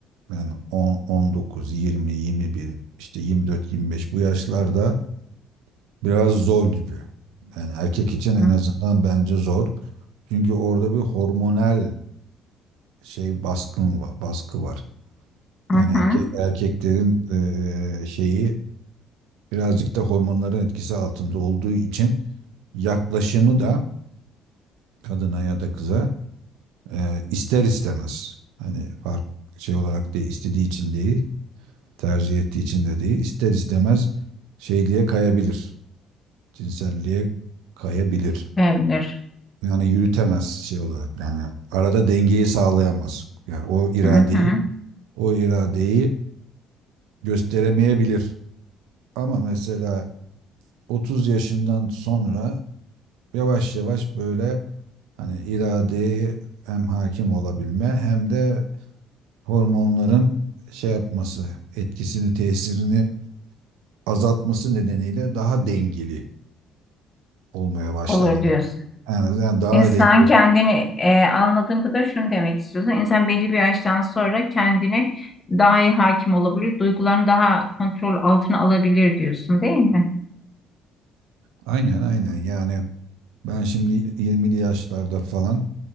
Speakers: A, on the right; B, on the left.
A: yani 10, 19, 20, 21 işte 24, 25 bu yaşlarda Biraz zor gibi. Yani erkek için en
B: Hı
A: azından bence zor. Çünkü orada bir hormonal şey baskın var, baskı var.
B: hı.
A: Yani erkek
B: hı.
A: erkeklerin eee, şeyi birazcık da hormonların etkisi altında olduğu için yaklaşımı da kadına ya da kıza eee, ister istemez. Hani fark şey olarak değil, istediği için değil, tercih ettiği için de değil, ister istemez şeyliğe kayabilir. Cinselliğe kayabilir.
B: Olabilir.
A: yani yürütemez şey olarak. Yani arada dengeyi sağlayamaz. Yani o iradeyi
B: Hı hı.
A: o iradeyi gösteremeyebilir. Ama mesela 30 yaşından sonra yavaş yavaş böyle hani iradeye hem hakim olabilme hem de hormonların şey yapması, etkisini, tesirini azaltması nedeniyle daha dengeli olmaya başlar
B: Olur
A: yani.
B: diyorsun.
A: Yani, yani daha
B: İnsan
A: dengeli.
B: kendini e, anladığım kadar şunu demek istiyorsun. İnsan belli bir yaştan sonra kendine daha iyi hakim olabilir, duygularını daha kontrol altına alabilir diyorsun, değil mi?
A: Aynen aynen yani ben şimdi 20'li yaşlarda falan